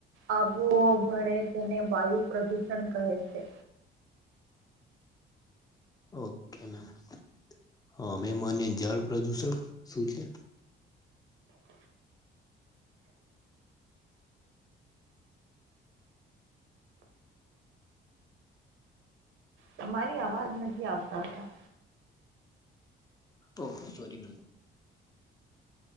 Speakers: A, on the right; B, on the left.
A: આબુ ભળે તેને વાયુ પ્રદૂષણ કહે છે.
B: ઓકે મેમ હા મેમ અને જળ પ્રદુષણ શું છે.
A: તમારી અવાજ નથી આવતા હતા.
B: ઓ સોરીમ.